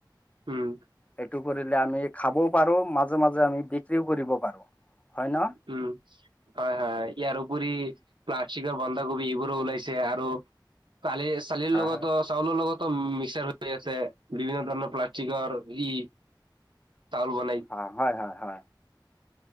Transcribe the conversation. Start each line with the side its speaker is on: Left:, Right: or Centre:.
Right: উম।
Left: এইটো কৰিলে আমি খাবও পাৰো মাজে মাজে আমি বিক্ৰীও কৰিব পাৰো। হয় ন
Right: উম হয় হয় ইয়াৰ উপৰি প্লাষ্টিকৰ বন্ধাকোবি এইবোৰো ওলাইছে আৰু কালি চালিৰ
Left: হয়
Right: লগতো চাউলৰ লগত মিক্সাৰ হৈ আছে বিভিন্ন ধৰণৰ প্লাষ্টিকৰ ই চাউল বনাই
Left: অ' হয় হয় হয়।